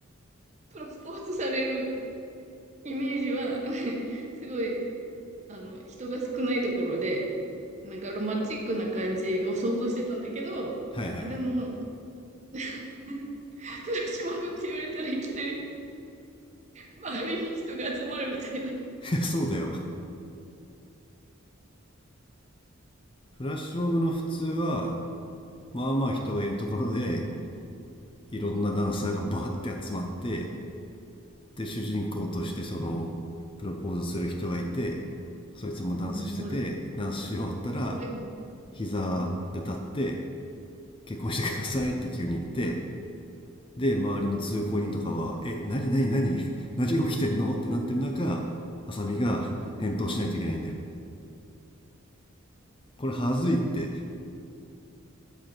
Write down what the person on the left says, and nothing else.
はいはいはい。
<laughs> そうだよ。フラッシュモブの普通は、まあまあ人がいるところで、いろんなダンサーがバーって集まってで主人公としてそのプロポーズする人がいてそいつもダンスしててダンスし終わったら
膝で立って「結婚してください」って急に言ってで周りの通行人とかは「え何何何何起きてんの?」ってなってる中浅見が返答しないといけないんだよ。
これはずいって